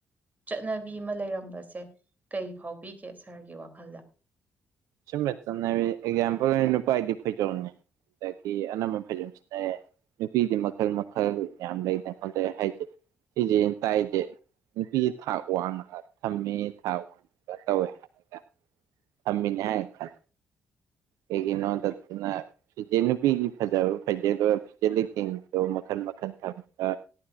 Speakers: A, on the right (about 30°); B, on the right (about 65°).
A: ꯆꯠꯅ ꯂꯩꯔꯁꯦ ꯀꯔꯤ ꯐꯥꯎꯕꯤꯒꯦ ꯁꯥꯔꯒꯤ ꯋꯥꯈꯜꯗ
B: ꯁꯅ ꯆꯠꯅꯕꯤ ꯑꯦꯛꯖꯥꯝꯄꯜ ꯑꯣꯏꯅ ꯅꯨꯄꯥꯗꯤ ꯐꯩꯖꯣꯝꯅꯤ ꯑꯗꯒꯤ ꯑꯅꯝꯕꯟ ꯐꯩꯖꯣꯝ ꯁꯤꯅꯔꯦ ꯅꯨꯄꯤꯗꯤ ꯃꯈꯜ ꯃꯈꯜ ꯌꯥꯝ ꯂꯩꯗꯅ ꯈꯣꯗ ꯍꯥꯏꯁꯦ ꯁꯤꯁꯦꯩꯅ ꯇꯥꯏꯁꯦ ꯅꯨꯄꯤ ꯊꯥꯛ ꯋꯥꯡꯉꯒ ꯊꯝꯃꯤ ꯊꯥꯛ ꯋꯥꯡꯉꯒ ꯇꯧꯋꯦ ꯍꯥꯏꯔꯒ ꯊꯃꯤ ꯌꯥ ꯈ ꯀꯩꯒꯤꯅꯣꯗꯠꯇꯅ ꯐꯤꯆꯦ ꯅꯨꯄꯤꯒꯤ ꯐꯖꯕ ꯐꯖꯦꯗꯨ ꯐꯤꯖꯦ ꯂꯤꯇꯤꯡꯗꯣ ꯃꯈꯜ ꯃꯈꯜ ꯊꯝꯒ